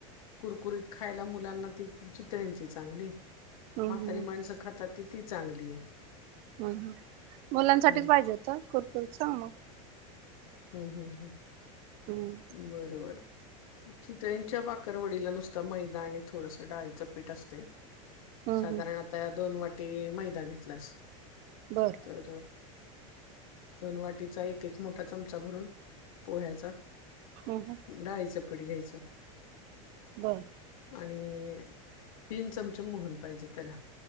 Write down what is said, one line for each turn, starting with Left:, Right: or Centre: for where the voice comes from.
Left: कुरकुरीत खायला मुलांना ती चितळची चांगली म्हातारी
Right: हम्म हम्म
Left: माणसं खातात त ती चांगली आहे.
Right: ह, ह मुलांसाठीच
Left: हम्म
Right: पाहिजे होत कुरकुरीत सांग मग.
Left: हम्म, हम्म, हम्म.
Right: हम्म
Left: बरोबर. चितळेच्या बाकरवडीला नुसत मैदा आणि थोडसं डाळीचं पीठ असते.
Right: हम्म
Left: साधारण
Right: हम्म
Left: आता दोन वाटी मैदा घेतलास
Right: बरं
Left: तर दोन वाटीचा एक एक मोठा चमचा भरून पोह्याचा
Right: हम्म हम्म.
Left: डाळीच पीठ घ्यायच.
Right: बर
Left: आणि तीन चमचे मोहन पाहिजे. त्याला